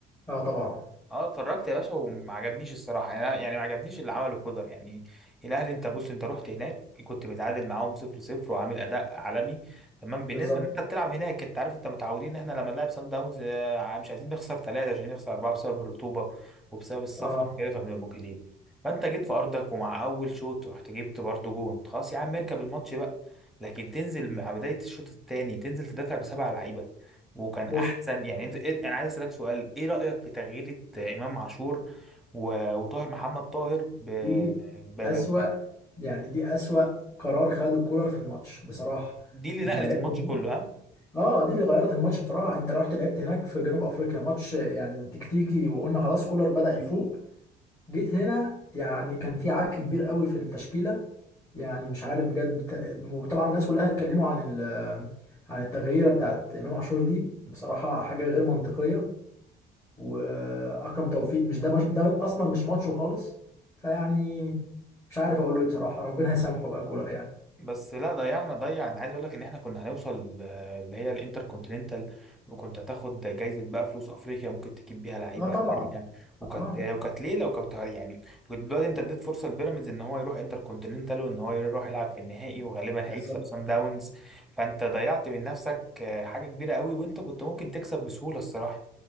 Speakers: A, on the left; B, in the centre.
A: اه طبعا
B: اه اتفرجت يا باشا وما عجبنيش الصراحه يعني أنا- يعني ما عجبنيش اللي عمله كولر يعني الاهلي انت بص انت رحت هناك كنت متعادل معاهم 0 0 وعامل اداء عالمي تمام بالنسبه
A: بالظبط
B: ان انت بتلعب هناك انت عارف انت متعودين ان احنا لما نلعب سان داونز آه، مش عايزين نخسر ثلاثه عشان نخسر اربعه بسبب الرطوبه وبسبب السفر
A: اه
B: وكده فبنبقى مجهدين فانت جيت في ارضك ومع اول شوط رحت جبت برضه جون خلاص يا عم اركب الماتش بقى لكن تنزل مع بدايه الشوط الثاني تنزل تدافع بسبع لعيبه وكان
A: بص
B: احسن يعني انت إيه- انا عايز اسالك سؤال ايه رايك في تغيير امام عاشور و- وطاهر محمد طاهر ب...
A: دي
B: ب... ب...
A: اسوأ يعني دي اسوأ قرار خده كولر في الماتش بصراحه
B: دي اللي
A: انت
B: نقلت
A: لعبت
B: الماتش كله
A: هناك
B: ها
A: اه دي اللي غيرت الماتش بصراحه انت رحت لعبت هناك في جنوب افريقيا ماتش يعني تكتيكي وقلنا خلاص كولر بدأ يفوق جيت هنا يعني كان في عك كبير قوي في التشكيله يعني مش عارف بجد ت- وطبعا الناس كلها اتكلموا عن ال عن التغييره بتاعت امام عاشور دي بصراحه حاجه غير منطقيه واكرم توفيق مش ده مش ده اصلا مش ماتشه خالص فيعني مش عارف اقول له ايه بصراحه ربنا يسامحه بقى كولر يعني
B: بس لا ضيعنا ضيع انا عايز اقول لك ان احنا كنا هنوصل آه، اللي هي الانتر كونتيننتال وكنت هتاخد جايزه بقى فلوس افريقيا ممكن تجيب بيها لعيبه
A: اه طبعا
B: تانيه وكانت
A: اه
B: وكانت ليله وكانت يعني وكنت دلوقتي انت اديت فرصه لبيراميدز ان هو يروح انتر كونتيننتال وان هو يروح يلعب في النهائي وغالبا
A: بالظبط
B: هيكسب سان داونز فانت ضيعت من نفسك آه، حاجه كبيره قوي وانت كنت ممكن تكسب بسهوله الصراحه